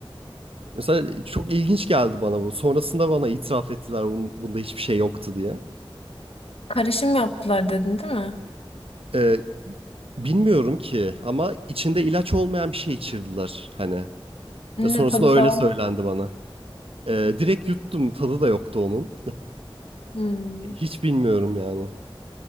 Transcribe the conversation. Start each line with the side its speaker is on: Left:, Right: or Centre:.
Right: Mesela çok ilginç geldi bana bu. Sonrasında bana itiraf ettiler bunun, bunda hiçbir şey yoktu diye.
Left: Karışım yaptılar dedin değil mi?
Right: Ee, bilmiyorum ki ama içinde ilaç olmayan bir şey içirdiler hani.
Left: Ne
Right: Ya sonrasında
Left: tadı falan.
Right: öyle söylendi bana. Ee, direkt yuttum tadı da yoktu onun.
Left: Hmm,
Right: Hiç bilmiyorum yani.